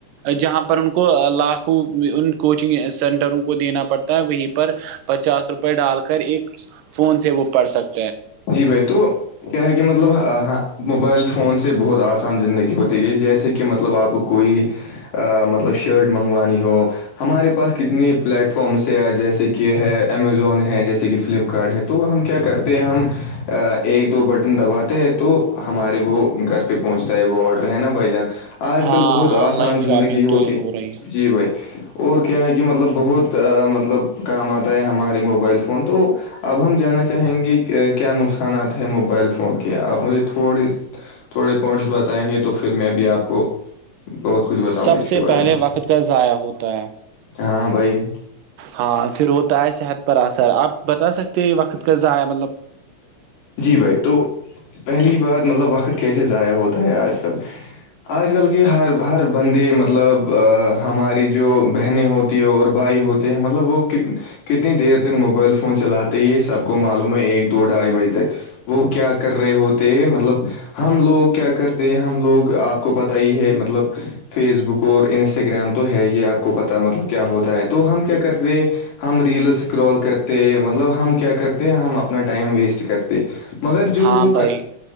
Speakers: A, on the right; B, on the left.
A: جہاں پر ان کو لاکھوں ان کوچنگ سینٹروں کو دینا پڑتا وہیں پر پچاس روپئے ڈال کر ایک فون سے وہ پڑ سکتا
B: جی بھائی تو کیا ہے کہ مطلب ہاں موبائل فون سے بہت آسان زندگی ہوتی ہے جیسے کہ مطلب آپ کوئی مطلب شرٹ منگوانی ہو ہمارے پاس کتنی پلیٹ فارامس جیسے کہ ہے امیزون ہے جیسے کہ فلپکارٹ ہے تو ہم کیا کرتے ہیں ہم ایک دو بٹن دباتے ہیں تو ہمارے وہ گھر پہ پہنچتا ہے وہ آڈر ہے نا بھائی جان آج
A: ہاں
B: کل بہت آسان
A: آن لائن
B: زندگی
A: شاپنگ
B: ہوتی
A: تو یہ ہو رہی
B: جی بھئی اور کیا ہے کہ مطلب بہت مطلب کام آتا ہے ہمارے موبائل فون تو اب ہم جانا چاہیں گے کہ کیا نقصانات ہیں موبائل فون کے آپ مجھے تھوڑی تھوڑے پوائنٹس بتائیں گے تو پھر میں بھی آپ کو بہت کچھ بتاؤں
A: سب
B: گا اس کے
A: سے
B: بارے
A: پہلے
B: میں
A: وقت کا ضائع ہوتا ہے
B: ہاں بھائی
A: ہاں پھر ہوتا ہے صحت پر اثر آپ بتا سکتے وقت کا ضائع مطلب
B: جی بھائی تو پہلی بار مطلب وقت کیسے ضائع ہوتا ہے آج کل آج کل کے ہر ہر بندے مطلب ہماری جو بہنیں ہوتی ہیں اور بھائی ہوتے ہیں مطلب وہ کت کتنی دیر تک موبائل فون چلاتے یہ سب کو معلوم ہے ایک دو ڈھائی بجے تک وہ کیا کر رہے ہوتے ہیں مطلب ہم لوگ کیا کرتے ہیں ہم لوگ آپ کو پتا ہی ہے مطلب فیس بک اور انسٹاگرام تو ہے یہ آپ کو پتا مطلب کیا ہوتا ہے تو ہم کیا کرتے ہم ریل اسکرول کرتے مطلب ہم کیا کرتے ہم اپنا ٹائم ویسٹ کرتے مگر جو
A: ہاں
B: وہ
A: بھائی